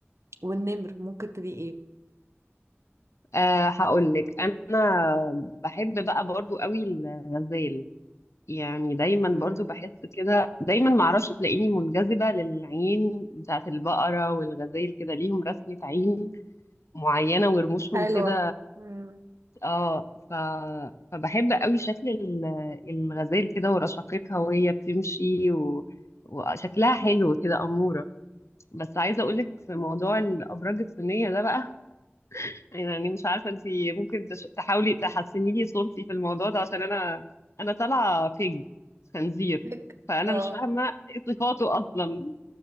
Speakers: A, on the right; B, on the left.
A: والنمر ممكن تبقي ايه
B: أه هقول لك انا بحب بقى برضو قوي الغزال يعني دايما
A: مم.
B: برضو بحس كده دايما معرفش تلاقيني منجذبة للعين بتاعت البقرة والغزال كده ليهم رسمة عين معينة ورموشهم
A: حلوة
B: كده
A: مم.
B: اه ف... فبحب قوي شكل ال- الغزال كده ورشاقتها وهي بتمشي و... وشكلها حلو كده أمورة بس عايزة اقولك في موضوع الأبراج الصينية ده بقى يعني مش عارفة انت ممكن تش- تحاولي تحسني لي صورتي في الموضوع ده عشان انا انا طالعة بيج خنزير
A: لك
B: فانا
A: اه
B: مش فاهمة ايه صفاته اصلا